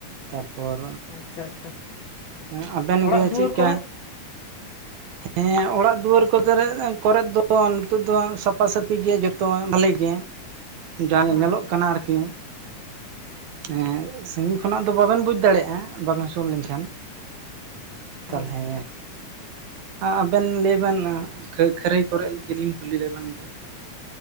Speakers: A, on the right; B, on the left.
A: ᱛᱟᱯᱚᱨ
B: ᱟᱪᱪᱷᱟ ᱟᱪᱪᱷᱟ
A: ᱮ ᱟᱵᱮᱱ
B: ᱚᱲᱟᱜ
A: ᱜᱮ
B: ᱫᱩᱣᱟᱹᱨ
A: ᱪᱮᱫ
B: ᱠᱚᱨᱮ
A: ᱠᱟ ᱦᱮᱸ ᱚᱲᱟᱜ ᱫᱩᱣᱟᱹᱨ ᱠᱚᱫᱚᱨᱮᱫ ᱠᱚᱨᱮᱫ ᱫᱚ ᱱᱤᱛᱚᱜ ᱫᱚ ᱥᱟᱯᱟ ᱥᱟᱹᱯᱤ ᱜᱮᱭᱟ ᱡᱚᱛᱚᱣᱟᱜ ᱵᱷᱟᱹᱞᱤ ᱜᱮᱭᱟ ᱡᱟᱦᱟ
B: ᱦᱮᱸ
A: ᱧᱮᱞᱚᱜ ᱠᱟᱱᱟ ᱟᱨᱠᱤ ᱮᱸ ᱥᱟᱺᱜᱤᱧ ᱠᱷᱚᱱᱟᱜ ᱫᱚ ᱵᱟᱵᱮᱱ ᱵᱩᱡ ᱫᱟᱲᱮᱭᱟᱜᱼᱟ ᱵᱟᱵᱮᱱ ᱥᱩᱨ ᱞᱮᱱᱠᱷᱟᱱ
B: ᱦᱮᱸ
A: ᱛᱟᱞᱦᱮ ᱟᱵᱮᱱ ᱞᱟᱹᱭ ᱵᱮᱱ ᱠᱷᱟᱹᱨᱟᱹᱭ ᱠᱚᱨᱮ ᱜᱮᱞᱤᱧ ᱠᱩᱞᱤ ᱞᱮᱵᱮᱱ ᱜᱮ